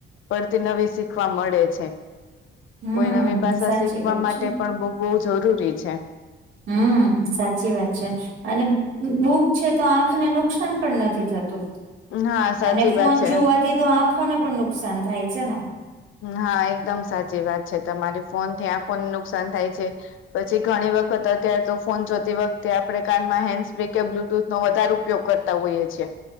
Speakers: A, on the left; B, on the right.
A: પડતી નવી શીખવા મળે છે
B: હમ
A: કોઈ નવી ભાષા
B: સાચી
A: શીખવા
B: વાત
A: માટે
B: છે
A: પણ બુક બહુ જરૂરી છે
B: હમ સાચી વાત છે અને બુક છે તો આંખને નુકસાન પણ નથી થતું
A: હા સાચી
B: અને ફોન
A: વાત છે.
B: જોવાથી તો આંખોને પણ નુકસાન થાય છે ને
A: હા એકદમ સાચી વાત છે તમારી ફોન થી આખોને નુકસાન થાય છે પછી ઘણી વખત અત્યારે તો ફોન જોતી વખતે આપડણે કાનમાં હેન્ડ સ્પ્રે કે બ્લુટૂથ નો વધારે ઉપયોગ કરતા હોઈએ છે